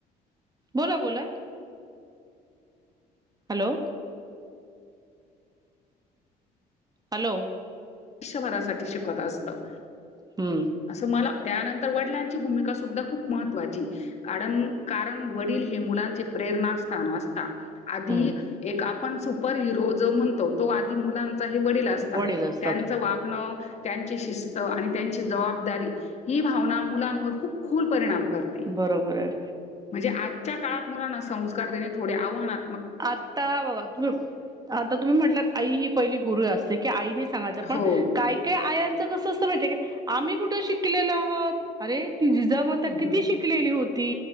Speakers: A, on the right; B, on the left.
A: बोला बोला. हॅलो. हॅलो.
B: युष्यभरासाठी शिकत असतं.
A: हम्म
B: असं मला त्यानंतर वडिलांची भूमिका सुद्धा खूप महत्त्वाची, कारण कारण वडील हे मुलांचे प्र रणास्थान असतात, आधी
A: हम्म
B: एक आपण सुपर हिरो जो म्हणतो तो आधी मुलांचा हे वडील असता,
A: वडील असतात
B: त्यांच वागणं, त्यांची शिस्त, आणि त्यांची जबाब दारी ही भावना मुलांवर खूप खुल परिणाम करते
A: बरोबर आहे
B: म्हणजे आजच्या काळात मुलांना संस्कार देणे थोडे आव्हना
A: आता <unintelligible> आता तुम्ही म्हटलात आई ही पहिली गुरु असते की आईने सांगायचं पण
B: हो.
A: काय काय आयांचं कसं अस माहितीय आम्ही कुठं शिकलेलो आहात. अरे ती जिजामाता
B: हं,
A: किती
B: हं.
A: शिकलेली होती?